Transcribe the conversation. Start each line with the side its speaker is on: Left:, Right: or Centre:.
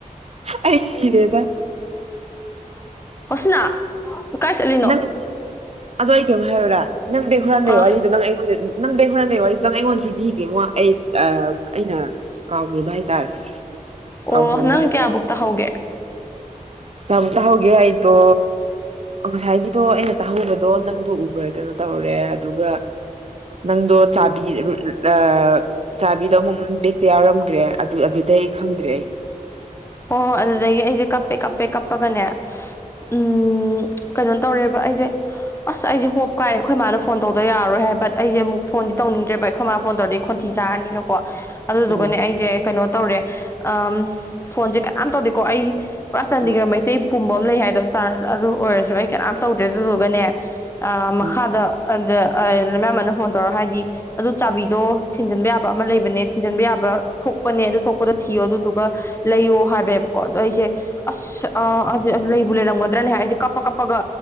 Right: ꯑꯩ ꯁꯤꯔꯦꯗ
Left: ꯍꯣꯁꯤꯅꯥ ꯀꯥꯏ ꯆꯠꯂꯤꯅꯣ
Right: ꯅꯪ ꯑꯗꯣ ꯑꯩ ꯀꯩꯅꯣꯝ ꯍꯥꯏꯔꯨꯔꯥ ꯅꯪ ꯕꯦꯛ ꯍꯨꯔꯥꯟꯕꯩ
Left: ꯑ
Right: ꯋꯥꯔꯤꯗꯣ ꯅꯪ ꯑꯩꯉꯣꯟ ꯅꯪ ꯕꯦꯒ ꯍꯨꯔꯥꯟꯕꯩ ꯋꯥꯔꯤꯗꯣ ꯅꯪ ꯑꯩꯉꯣꯟꯗꯁꯨ ꯂꯤꯗꯦꯉꯣ ꯑꯩ ꯑꯩꯅ ꯀꯥꯎꯔꯨꯕ ꯍꯥꯏꯇꯥꯔꯦ
Left: ꯑꯣ
Right: ꯀꯥꯎꯊꯣꯛꯎꯕ
Left: ꯅꯪ
Right: ꯍꯥꯏꯇꯥꯔꯦ
Left: ꯀꯌꯥꯕꯨꯛ ꯇꯥꯍꯧꯒꯦ
Right: ꯀꯌꯥꯕꯨꯛ ꯇꯥꯍꯧꯒꯦ ꯍꯥꯏꯗꯣ ꯉꯁꯥꯏꯒꯤꯗꯣ ꯑꯩꯅ ꯇꯥꯍꯧꯕꯗꯣ ꯅꯪꯗꯣ ꯎꯕ꯭ꯔꯥ ꯀꯩꯅꯣ ꯇꯧꯔꯦ ꯑꯗꯨꯒ ꯅꯪꯗꯣ ꯆꯥꯕꯤ ꯑ ꯆꯥꯕꯤꯗꯣ ꯑꯃꯨꯛ ꯕꯦꯛꯇ ꯌꯥꯎꯔꯝꯗ꯭ꯔꯦ ꯑꯗꯨ ꯑꯗꯨꯗꯩ ꯈꯪꯗ꯭ꯔꯦ ꯑꯩ
Left: ꯍꯣꯏ ꯍꯣꯏ ꯑꯗꯨꯗꯒꯤ ꯑꯩꯁꯦ ꯀꯞꯄꯦ ꯀꯞꯄꯦ ꯀꯞꯄꯒꯅꯦ ꯎꯝ ꯀꯩꯅꯣ ꯇꯧꯔꯦꯕ ꯑꯩꯁꯦ ꯑꯁ ꯑꯩꯁꯦ ꯍꯣꯞ ꯀꯥꯏꯔꯦ ꯑꯩꯈꯣꯏ ꯃꯥꯗ ꯐꯣꯟ ꯇꯧꯗ ꯌꯥꯔꯣꯏ ꯍꯥꯏ ꯕꯠ ꯑꯩꯁꯦ ꯑꯃꯨꯛ ꯐꯣꯟꯗꯤ ꯇꯧꯅꯤꯡꯗ꯭ꯔꯦꯕ ꯑꯩꯈꯣꯏ ꯃꯥ ꯐꯣꯟ ꯇꯧꯗꯤ ꯈꯣꯟ ꯊꯤ ꯆꯥꯔꯅꯤꯅꯀꯣ ꯑꯗꯨꯗꯨꯒꯅꯦ
Right: ꯎꯝ
Left: ꯑꯩꯁꯦ ꯀꯩꯅꯣ ꯇꯧꯔꯦ ꯑ ꯐꯣꯟꯁꯦ ꯀꯅꯥꯝ ꯇꯧꯗꯦꯀꯣ ꯑꯩ ꯄꯨꯔꯥ ꯆꯥꯟꯗꯤꯒꯔ
Right: ꯎꯝ
Left: ꯃꯩꯇꯩ ꯄꯨꯝꯕ ꯑꯃ ꯂꯩ ꯍꯥꯏꯗꯣ ꯇꯥꯔ ꯑꯗꯨ ꯑꯣꯏꯔꯁꯨ ꯑꯩ ꯀꯅꯥꯝ ꯇꯧꯗ꯭ꯔꯦ ꯑꯗꯨꯗꯨꯒꯅꯦ ꯑ
Right: ꯎꯝ
Left: ꯃꯈꯥꯗ ꯑꯗ ꯑ ꯂꯝꯌꯥꯟꯕꯅ ꯐꯣꯟ ꯇꯧꯔ ꯍꯥꯏꯗꯤ ꯑꯗꯨ ꯆꯥꯕꯤꯗꯣ ꯊꯤꯟꯖꯤꯟꯕ ꯌꯥꯕ ꯑꯃ ꯂꯩꯕꯅꯦ ꯊꯤꯟꯖꯤꯟꯕ ꯌꯥꯕ ꯊꯣꯛꯄꯅꯦ ꯑꯗꯨ ꯊꯣꯛꯄꯗꯣ ꯊꯤꯌꯣ ꯑꯗꯨꯗꯨꯒ ꯂꯩꯌꯣ ꯍꯥꯏꯕꯦꯕꯀꯣ ꯑꯗꯣ ꯑꯩꯁꯦ ꯑꯁ ꯑ ꯂꯩꯕꯨ ꯂꯩꯔꯝꯒꯗ꯭ꯔꯅꯦ ꯑꯩꯁꯦ ꯀꯞꯄ ꯀꯞꯄꯒ